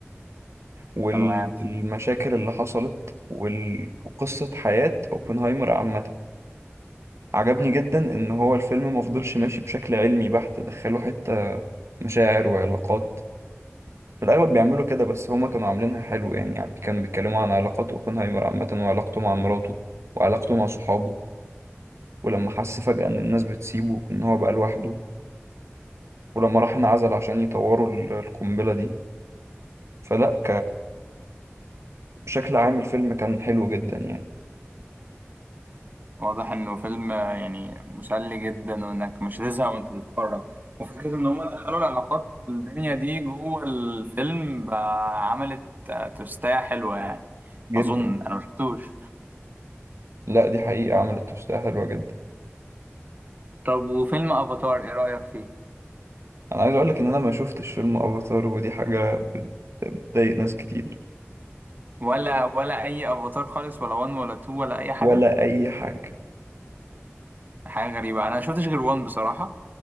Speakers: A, on the right (about 70°); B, on the right (about 40°).
A: والمشاكل
B: تمام
A: اللي حصلت وال- وقصة حياة اوبنهايمر عامة عجبني جدا ان هو الفيلم مفضلش ماشي بشكل علمي بحت دخلوا حتة مشاعر وعلاقات في الاغلب بيعملوا كده بس هما كانوا عاملينها حلو يعني يعني كانوا بيتكلموا عن علاقات اوبنهايمر عامة وعلاقته مع مراته وعلاقته مع صحابه ولما حس فجأة ان الناس بتسيبه ان هو بقى لوحده ولما راح انعزل عشان يطوروا ال- القنبلة دي فلا بشكل عام الفيلم كان حلو جدا يعني
B: واضح انه فيلم آه، يعني مسلي جدا وانك مش هتزهق وانت بتتفرج وفكرة ان هم دخلوا العلاقات والدنيا دي جوه الفيلم بقى عملت آه، توستاية حلوة يعني
A: جدا
B: اظن انا مشفتوش
A: لا دي حقيقة عملت توستة حلوة جدا
B: طب وفيلم افاتار ايه رأيك فيه
A: انا عايز اقولك ان انا ما شفتش فيلم افاتار ودي حاجة بت- بتضايق ناس كتير
B: ولا ولا اي افاتار خالص ولا 1 ولا 2 ولا اي حاجة
A: ولا اي حاجة
B: حاجة غريبة أنا شفتش غير وان بصراحة